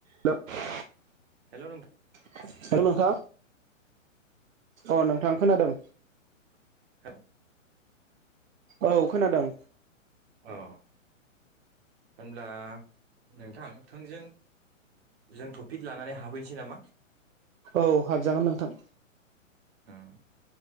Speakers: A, on the right; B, on the right.
A: द <unintelligible>
B: हेलौ नोंथा
A: <inaudible> हेलौ नोंथां अ नोंथां खोनादों
B: <unintelligible>
A: औ खोनादों
B: अ होनब्ला नोंथां थोंजों जों टपिक लानानै हाबहैनोसै नामा?
A: औ हाबजागोन नोंथां
B: हुम